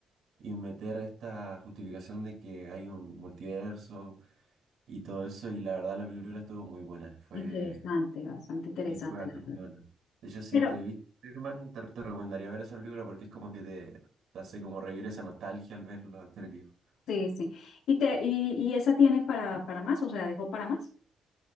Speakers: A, on the right (about 60°); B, on the left (about 80°).
A: y meter esta justificación de que hay un multiverso y todo eso. Y la verdad, la película estuvo muy buena. Fue,
B: interesante, bastante interesante,
A: y fue bastante
B: la verdad.
A: buena. De hecho, si
B: Pero,
A: te viste, Superman, te, te recomendaría ver esa película porque es como que te, te hace como revivir esa nostalgia al ver los actores viejos.
B: sí, sí. ¿Y, te, y, y esa tiene para, para más? O sea, ¿dejó para más?